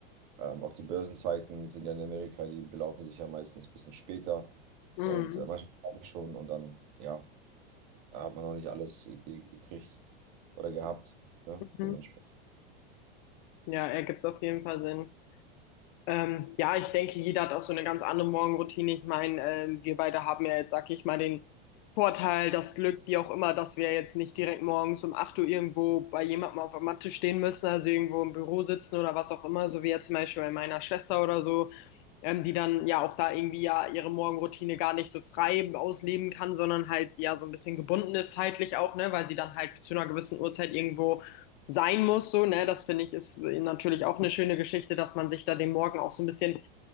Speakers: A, on the right; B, on the left.
A: ähm, auch die Börsenzeiten sind ja in Amerika, die belaufen sich ja meistens ein bisschen später.
B: Mhm.
A: Und äh, manchmal schlafe ich schon und dann, ja, hat man noch nicht alles irgendwie gekriegt oder gehabt, ne?
B: Mhm.
A: Dementsprechend.
B: Ja, ergibt auf jeden Fall Sinn. Ähm, ja, ich denke, jeder hat auch so eine ganz andere Morgenroutine. Ich meine, ähm, wir beide haben ja jetzt, sag ich mal, den Vorteil, das Glück, wie auch immer, dass wir jetzt nicht direkt morgens um 8 Uhr irgendwo bei jemandem auf der Matte stehen müssen, also irgendwo im Büro sitzen oder was auch immer, so wie jetzt zum Beispiel bei meiner Schwester oder so, ähm, die dann ja auch da irgendwie ja ihre Morgenroutine gar nicht so frei ausleben kann, sondern halt ja so ein bisschen gebunden ist zeitlich auch, ne, weil sie dann halt zu einer gewissen Uhrzeit irgendwo sein muss, so, ne, das finde ich ist natürlich auch eine schöne Geschichte, dass man sich da den Morgen auch so ein bisschen,